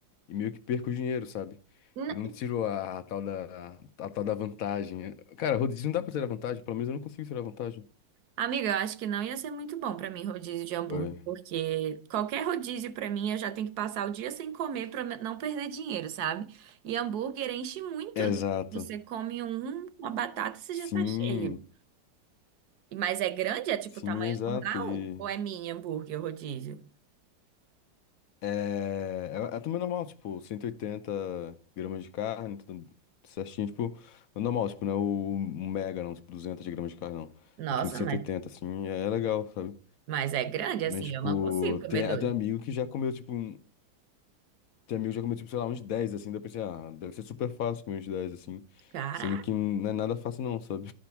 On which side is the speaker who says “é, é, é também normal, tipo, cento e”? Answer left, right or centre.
Left